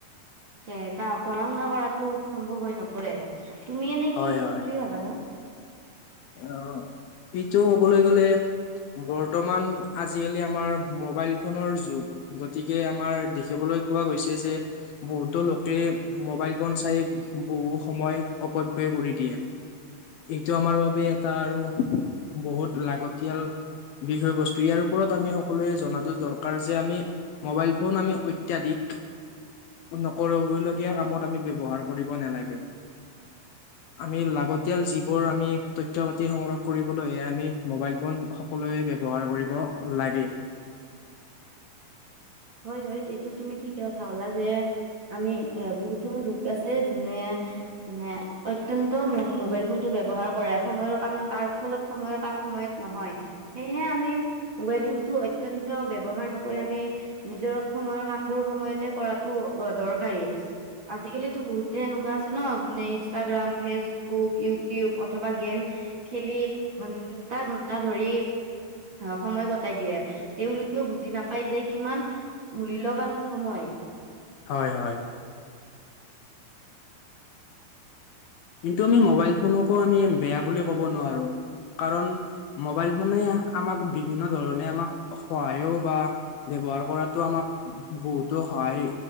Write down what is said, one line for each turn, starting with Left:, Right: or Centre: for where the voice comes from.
Right: তে কা, পঢ়া শুনা কৰাতো সম্ভৱ হৈ নপৰে। তুমি এনে
Left: হয়
Right: কি বুলি
Left: হয়
Right: ভাবা নো?
Left: অ', ইটো কবলৈ গ'লে বৰ্তমান আজিকালি আমাৰ মোবাইল ফোনৰ যুগ, গতিকে আমাৰ দেখিবলৈ পোৱা গৈছে যে, বহুতো লোকে মোবাইল ফোন চাই বহু সময় অপ কৰি দিয়ে। এইটো আমাৰ বাবে এটা আৰু বহুত লাগতিয়াল বিষয়বস্তু। ইয়াৰ ওপৰত আমি সকলোৱে জনাতো দৰকাৰ যে আমি মোবাইল ফোন আমি অত্যাধিক নকৰিব লগীয়া কামত আমি ব্যৱহাৰ কৰিব নেলাগে। আমি লাগতিয়াল যিবোৰ আমি তথ্য-পাতি সংগ্ৰহ কৰিব এইয়া আমি মোবাইল ফোন সকলোৱে ব্যৱহাৰ কৰিব লাগে।
Right: <inaudible> হয় হয়, এইটোত তুমি ঠিকে কথা কলা যে আমি এ বহুতো লোক আছে যোনে মানে অত্যন্ত মো-মোবাইল ফোনটো ব্যৱহাৰ কৰে সময়ৰ কাম তাৰ ফলত সময়ৰ কাম সময়ত নহয়, সেইয়েহে আমি মোবাইল ফোনটো এক অত্যন্ত ব্যৱহাৰ নকৰি আমি নিজৰ সময়ৰ কামবোৰ সময়তে কৰাতটো অ দৰকাৰী। আজিকালিতো বহুতে এনেকুৱা আছে ন যোনে ইনষ্টাগ্ৰাম, ফেচবুক ইউটিউব, অথবা গেম খেলি ঘন্টা ঘন্টা ধৰি অ সময় কটাই দিয়ে, তেওঁলোকেও বুজি নাপায় যে কিমান মূল্যবান সময়।
Left: হয় হয়। কিন্তু আমি মোবাইল ফোনকো আমি বেয়া বুলি ক'ব নোৱাৰো। কাৰণ মোবাইল ফোনে আমাক বিভিন্ন ধৰণে আমাক সহায়ও বা বে ব্যৱহাৰ কৰাটো আমাক বহুতো সহায়